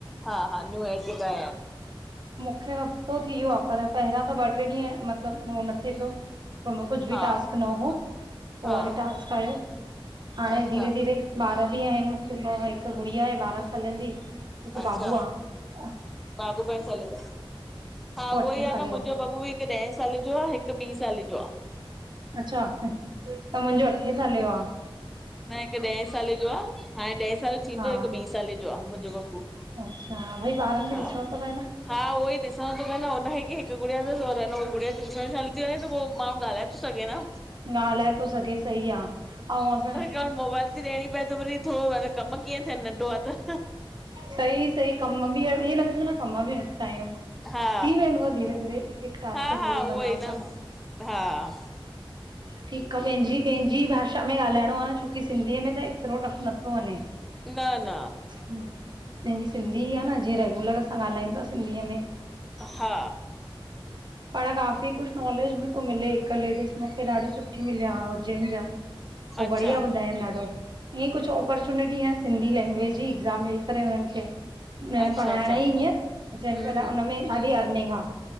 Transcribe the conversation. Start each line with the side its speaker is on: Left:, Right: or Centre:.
Centre: हा, हा न्यू एड त
Right: मुखे हफ़्तो थी वियो आ, पर पहरियां, त ॿ ट्रे ॾींहं मतलब उहो न थे पियो। पो उनमें कुछ बि
Centre: हा
Right: टास्क न हो। पो
Centre: हा
Right: वरी टास्क आयो। हाणे
Centre: अच्छा
Right: धीरे-धीरे ॿार बि आहिन मूंखे, हिक गुड़िया आहे, ॿारहां सालन जी हिक
Centre: अच्छा
Right: बाबू आ।
Centre: बाबू घणे साले जो तव? हा, उहो
Right: अठे
Centre: ई आ
Right: साले
Centre: न, मुंजो
Right: जो
Centre: बबू बि हिक ॾहें साल जो आ, हिक ॿी साल जो आ।
Right: अच्छा, त मुंजो अठे साले जो आ।
Centre: न हिक ॾहें साले जो आ, हाणे ॾहें साल जो थींदो,
Right: हा
Centre: हिकु ॿी साले जो आ मुंजो बबू।
Right: अच्छा, भई ॿारन खे
Centre: हा
Right: ॾिसणो तो पए न।
Centre: हा उहो ई ॾिसणो तो पए न, हुनखे हिक ई हिक गुड़िया तस, और अन हू गुड़िया ट्यूशन हलजी वञेस त पो माण्हू ॻाल्हाए तो सघे न।
Right: ॻाल्हाए तो सघे सही आ, अऊं अगर
Centre: अॼकल मोबाइल ती ॾियणी पए त वरी थोड़ो कम कीअं थियन? नंढो आ त।
Right: सही, सही कम बि आहिन। इअं लॻे तो न कम बि निपटायूं।
Centre: हा
Right: थी वेंदुव धीरे-धीरे हिक हिक टास्क
Centre: हा
Right: पूरो
Centre: हा
Right: कंदव
Centre: उहो ई न
Right: त।
Centre: हा
Right: ठीक आ, पैंजी पैंजी भाषा में ॻाल्हाइणो आ न छोकी सिंधीअ में त एतरो टफ नथो वञे।
Centre: न न
Right: पैंजी सिंधी ई आ न जीअं रेगुलर असां ॻाल्हायूंता सिंधीअ में।
Centre: हा
Right: पाण काफी कुछ नॉलेज बि तो मिले हिक लेडीस मूंखे ॾाढी सुठी मिलिया उज्जैन जा, हो
Centre: अच्छा
Right: बढ़िया ॿुधायन ॾाढो। ईअं कुछ ऑपॉर्चुनिटी आहिन, सिंधी लेंंग्वेज जी एक्ज़ाम ॾेई करे हुनन खे न
Centre: अच्छा
Right: न पढ़ाइण
Centre: अच्छा
Right: जी ईअं, हू
Centre: हम्म
Right: चेन पिया
Centre: हम्म
Right: हुनमें ॾाढी अर्निंग आ।